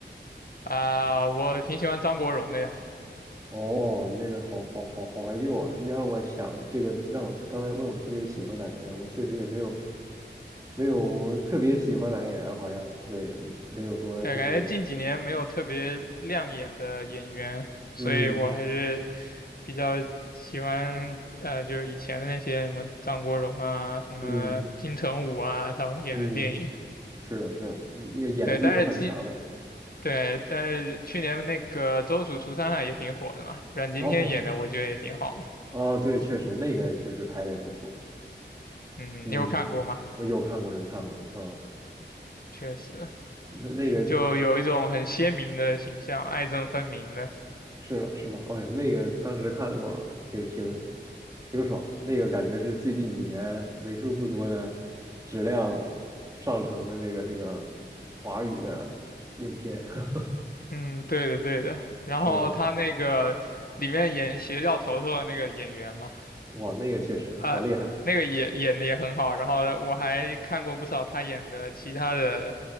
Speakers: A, on the left (about 50°); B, on the right (about 20°).
A: 啊，我挺喜欢张国荣的呀。
B: 哦，那个好好好好怀旧啊！你要让我想这个，让我刚才问我特别喜欢哪个演员，我确实也没有没有特别喜欢哪个演员，好像对，没有说就是，
A: 对，感觉近几年没有特别亮眼的演员，所以我还是
B: 嗯
A: 比较喜欢呃，就是以前的那些什么张国荣啊、什么金城武啊，
B: 嗯
A: 他们演的电影。
B: 嗯，是的，是的，那个演技都很强的。
A: 对，但是今对，但是去年那个《周处除三害》也挺火的嘛，阮经天演的我觉得也挺好的。
B: 哦哦，对，确实那个确实拍的也不错。
A: 嗯，
B: 嗯，
A: 你有看过吗？
B: 我有看过，有看过，啊，
A: 确实，
B: 那那个
A: 就有一种很鲜明的形象，爱憎分明的。
B: 是的，是的，哎，那个当时看的我挺挺挺爽的，那个感觉是最近几年为数不多的质量上乘的这个这个华语的影片，<laughs>
A: 嗯，对的对的。然后他那个里面演邪教头头的那个演员嘛，
B: 是吧？哇，那个确实好厉害，
A: 啊、那个也演的也很好。然后我还看过不少他演的其他的